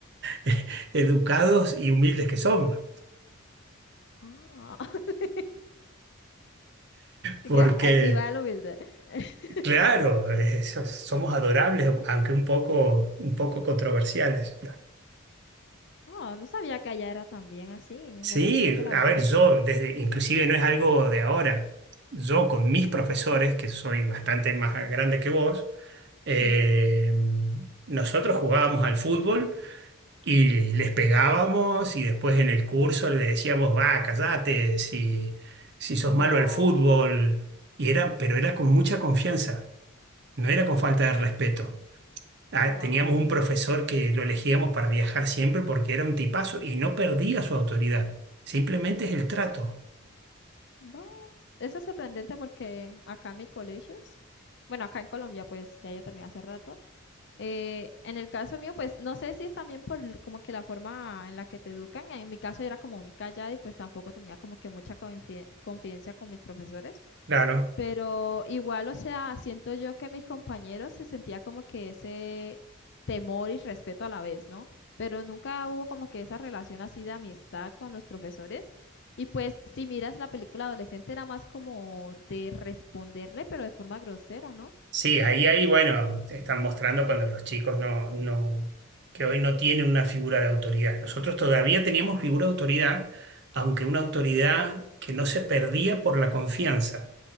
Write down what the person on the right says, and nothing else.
<laughs> educados y humildes que somos.
Porque
Claro, eh, so- somos adorables, aunque un poco, un poco controversiales.
Sí,
a
ver, yo desde, inclusive no es algo de ahora. Yo con mis profesores, que soy bastante más grande que vos, eh,
nosotros jugábamos al fútbol y les pegábamos y después en el curso le decíamos, va, callate, si, si sos
malo al fútbol. Y era, pero era con mucha confianza, no era
con falta de respeto. Ah,
Teníamos un profesor que lo elegíamos para viajar siempre porque era un tipazo y no perdía su autoridad. Simplemente es el trato.
Claro.
Sí, ahí, ahí, bueno, te están mostrando cuando los chicos no, no, que hoy no tienen una figura de autoridad. Nosotros todavía teníamos figura de autoridad, aunque una autoridad que no se perdía por la confianza.